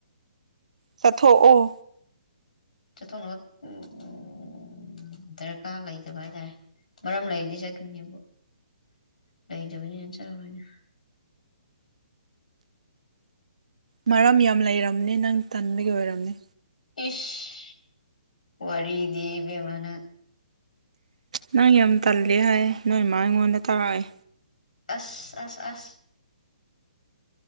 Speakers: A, on the right (about 60°); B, on the left (about 85°).
A: ꯆꯠꯊꯣꯛꯑꯣ
B: ꯊꯅ ꯎ ꯎ ꯎꯝ ꯗꯔꯀꯥꯔ ꯂꯩꯇꯕ ꯍꯥꯏꯇꯥꯔꯦ ꯃꯔꯝ ꯂꯩꯔꯗꯤ ꯆꯠꯀꯅꯤꯕꯨ ꯂꯩꯇꯕꯅꯤꯅ ꯆꯠꯣꯏꯅ
A: ꯃꯔꯝ ꯌꯥꯝ ꯂꯩꯔꯝꯅꯤ ꯅꯪ ꯇꯟꯕꯒꯤ ꯑꯣꯏꯔꯝꯅꯤ
B: ꯏꯁ ꯋꯥꯔꯤꯗꯤꯦꯕꯕꯅ
A: ꯅꯪ ꯌꯥꯝ ꯇꯜꯜꯂꯤ ꯍꯥꯏ ꯅꯣꯏ ꯏꯃ ꯑꯩꯉꯣꯟꯗ ꯇꯥꯛꯔꯛꯑꯦ
B: ꯑꯁ ꯑꯁ ꯑꯁ